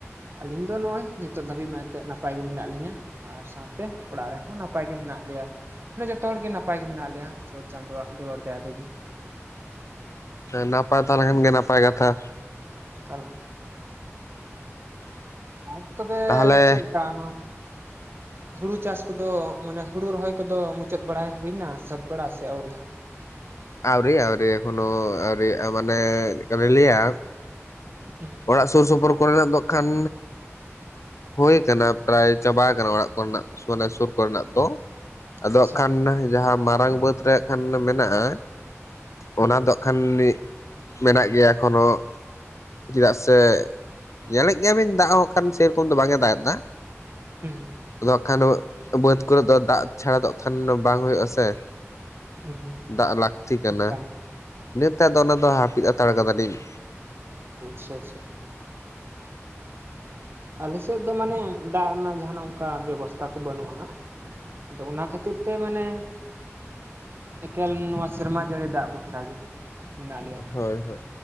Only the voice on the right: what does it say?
ᱟᱹᱞᱤᱧ ᱫᱚ ᱱᱚᱜᱼᱚᱭ ᱱᱤᱛᱳᱜ ᱫᱷᱟᱹᱵᱤᱡ ᱢᱟ ᱮᱛᱮᱫ ᱱᱟᱯᱟᱭ ᱜᱮ ᱢᱮᱱᱟᱜ ᱞᱤᱧᱟ᱾ ᱟᱨ ᱥᱟᱶᱛᱮ ᱚᱲᱟᱜ ᱨᱮᱱ ᱦᱚᱸ ᱱᱟᱯᱟᱭ ᱜᱮ ᱢᱮᱱᱟᱜ ᱞᱮᱭᱟ᱾ ᱢᱟᱱᱮ ᱡᱚᱛᱚ ᱦᱚᱲᱜ ᱜᱮ ᱱᱟᱯᱟᱭ ᱜᱮ ᱢᱮᱱᱟᱜ ᱞᱮᱭᱟ ᱪᱚᱴ ᱪᱟᱸᱫᱳᱣᱟᱜ ᱫᱩᱞᱟᱹᱲ ᱫᱟᱭᱟ ᱛᱮᱜᱮ
ᱮᱠᱟᱞ ᱟᱨ ᱛᱚᱵᱮ
ᱪᱮᱫ ᱞᱮᱠᱟ ᱱᱚᱣᱟ᱾ ᱦᱩᱲᱩ ᱪᱟᱥ ᱠᱚᱫᱚ ᱢᱟᱱᱮ ᱦᱩᱲᱩ ᱨᱚᱦᱚᱭ ᱠᱚᱫᱚ ᱢᱩᱪᱟᱹᱫ ᱵᱟᱲᱟ ᱦᱩᱭ ᱱᱟ ᱥᱟᱹᱛ ᱵᱟᱲᱟ ᱥᱮ ᱟᱹᱣᱨᱤ?
ᱦᱩᱸ
ᱟᱪᱪᱷᱟ
ᱦᱩᱸ
ᱦᱩᱸ
ᱦᱩᱸ
ᱚᱱᱠᱟᱱ
ᱟᱪᱪᱷᱟ ᱟᱪᱪᱷᱟ ᱟᱞᱮᱥᱮᱫ ᱫᱚ ᱢᱟᱱᱮ ᱫᱟᱜ ᱨᱮᱱᱟᱜ ᱡᱟᱦᱱᱟᱜ ᱚᱱᱠᱟ ᱵᱮᱵᱚᱥᱛᱟ ᱠᱚ ᱵᱟᱹᱱᱩᱜᱼᱟ ᱦᱟᱜ ᱟᱫᱚ ᱚᱱᱟ ᱠᱷᱟᱹᱛᱤᱨ ᱛᱮ ᱢᱟᱱᱮ ᱮᱠᱮᱞ ᱱᱚᱣᱟ ᱥᱮᱨᱢᱟ ᱡᱟᱹᱲᱤ ᱫᱟᱜ ᱵᱩᱨᱥᱟ ᱜᱮ᱾ ᱢᱮᱱᱟᱜ ᱞᱮᱭᱟ ᱦᱟᱸᱜ